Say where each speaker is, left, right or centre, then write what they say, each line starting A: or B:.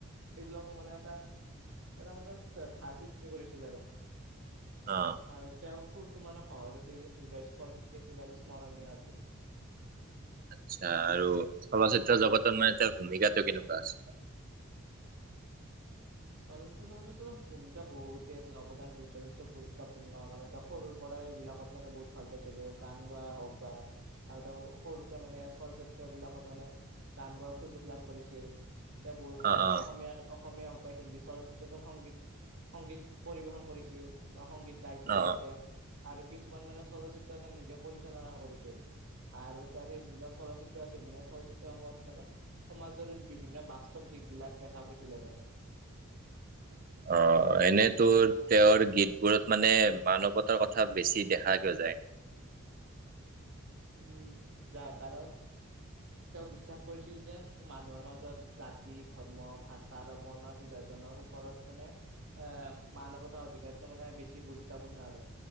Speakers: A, on the right; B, on the right.
A: এইবিলাক মানে এটা। এটা মানে ধাৰ সৃষ্টি কৰিছিল। আৰু
B: অ',
A: আৰু তেওঁৰ সুৰটো মানে সহজ আছিল হৃদয়স্পৰ্শী আছিল, আৰু স্মৰণীয় আছিল।
B: আচছা আৰু চলচ্চিত্ৰ জগতত মানে তাৰ ভূমিকাটো কেনেকুৱা আছে।
A: চলচ্চিত্ৰ জগততো ভূমিকা বহুতেই আছিল অৱদানত যথেষ্ট গুৰুত্বপূৰ্ণ কাৰণ তেওঁ সৰুৰ পৰা। এবিলাকত মানে বহুত ভাল পাইছিলে। গান গাই হওঁক বা আৰু তেওঁ সৰুতে মানে চলচ্চিত্ৰ। <unintelligible> বিলাকত মানে গান গোৱাৰ সুযোগ লাভ কৰিছিল। এ, ব
B: অ',
A: মানে
B: অ',
A: অসমীয়া। অসমীয়া। বা হিন্দী চলচিত্ৰত সংগীত-সংগীত পৰিবেশন কৰিছিল বা সংগীত। গাইছিলোঁ
B: অ',
A: তাতে আৰু কিছুমান মানে চলচ্চিত্ৰ এটা নিজে পৰিচালনা কৰিছিল। আৰু তাৰ সেই যিবিলাক চলচ্চিত্ৰ আছিল মানে। চলচ্চিত্ৰসমূহত মানে সমাজৰ বিভিন্ন বাস্তৱ দি। এই বিলাক দেখা পাইছিলে তাৰমানে।
B: অ এনে তোৰ
A: যিটো
B: তেওঁৰ গীতবোৰত মানে মানৱতাৰ কথা। বেছি দেখাকৈ কিয় যায়।
A: উম, যায় কাৰণ তেওঁ বিশ্বাস কৰিছিল, যেন মানুহৰ মাজত জাতি, ধৰ্ম, ভাষা বা বৰ্ণৰ বিভাজনা। ওপৰত মানে আহ মানৱতা অধিকাৰটো মানে বেছি গুৰুত্বপূৰ্ণ আৰু।